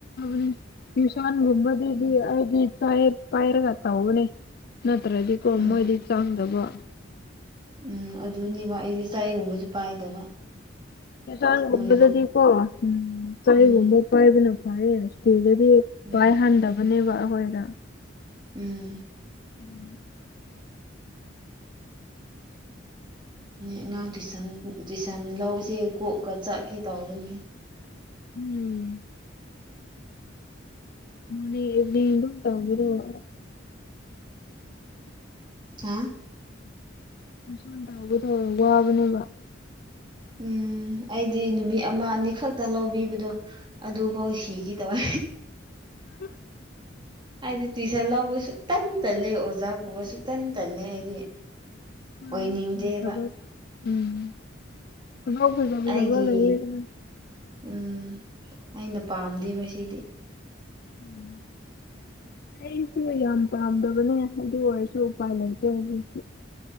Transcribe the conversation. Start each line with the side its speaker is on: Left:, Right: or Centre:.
Left: ꯌ ꯇꯨꯁꯥꯟ ꯍꯣꯗꯗꯤ
Right: ꯎꯝ
Left: ꯍꯥꯏ ꯄꯥꯏꯔꯒ ꯇꯧꯕꯅꯦ ꯅꯠꯇ꯭ꯔꯗꯤꯀꯣ
Right: ꯎꯝ
Left: ꯃꯣꯏꯗꯤ ꯆꯥꯡꯗꯕ
Right: ꯎꯝ ꯑꯗꯨꯅꯦꯕ ꯑꯩꯗꯤ ꯆꯥꯏꯒꯨꯝꯕꯁꯨ ꯄꯥꯏꯗꯕ
Left: ꯍꯦꯇꯥꯡꯒꯨꯝꯕꯗꯗꯤꯀꯣ
Right: ꯃꯣꯏꯗꯨ
Left: ꯎꯝ ꯆꯒꯨꯝꯕ
Right: ꯎꯝ
Left: ꯄꯥꯏꯕꯅ ꯐꯌꯦ ꯑꯗꯨꯤꯗꯗꯤ
Right: ꯎꯝ
Left: ꯄꯥꯏꯍꯟꯗꯕꯅꯦꯕ ꯑꯩꯈꯣꯏꯗ
Right: ꯎꯝ
Left: ꯎꯝ
Right: ꯑꯉꯥꯡ ꯇꯨꯏꯁꯟ ꯇꯨꯏꯁꯟ ꯂꯁꯦ ꯀꯣꯛꯀ ꯆꯠꯀꯦ ꯇꯧꯕꯅꯤ
Left: ꯎꯝ ꯃꯅꯦ ꯑꯦꯅꯤ ꯇꯕꯤꯑꯣ ꯃ
Right: ꯍꯥ
Left: ꯃꯤꯁꯥꯟ ꯇꯥꯎꯕꯗꯣ ꯋꯥꯕꯅꯦꯕ
Right: ꯎꯝ ꯑꯩꯗꯤ ꯅꯨꯃꯤꯠ ꯑꯃ ꯑꯅꯤꯈꯛꯇ ꯂꯧꯕꯤꯕꯗꯣ ꯑꯗꯨꯐꯥꯎ ꯁꯤꯒꯤ ꯇꯧꯋꯦ
Left: ꯎꯝ
Right: ꯑꯩꯗꯤ ꯇꯨꯏꯁꯟ ꯂꯧꯕ ꯁꯨꯡꯇꯟ ꯇꯜꯂꯦ ꯑꯣꯖꯥ ꯄꯨꯕꯁꯨꯨ ꯁꯨꯇꯟ ꯇꯜꯂꯦ ꯑꯩꯗꯤ
Left: ꯅꯪꯗꯤ
Right: ꯑꯣꯏꯅꯤꯡꯗꯦꯕ
Left: ꯀꯔꯤ ꯊꯕꯛ ꯎꯝ ꯈꯨꯉꯥꯎ ꯐꯖ ꯐꯖꯕ
Right: ꯑꯩꯒꯤ
Left: ꯂꯩꯌꯦ ꯑꯗꯨꯅ
Right: ꯎꯝ ꯑꯩꯅ ꯄꯥꯝꯗꯦꯕ ꯁꯤꯗꯤ
Left: ꯎꯝ ꯑꯩꯁꯨ ꯌꯥꯝ ꯄꯥꯝꯗꯕꯅꯦ ꯑꯗꯨ ꯑꯣꯏꯔꯁꯨ ꯎꯄꯥꯏ ꯂꯩꯇꯦ ꯍꯧꯖꯤꯛꯇꯤ